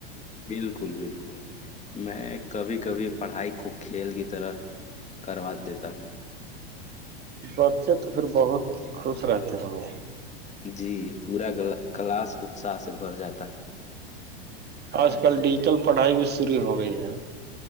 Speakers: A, on the left; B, on the right.
A: بالکل بالکل میں کبھی کبھی پڑھائی کو کھیل کی طرح کروا دیتا ہوں
B: بچے تو پھر بہت خوش رہتے ہیں وہ
A: جی پورا گ کلاس اتساہ سے بھر جاتا ہے
B: آج کل ڈیجیٹل پڑھائی بھی شرع ہو گئی ہے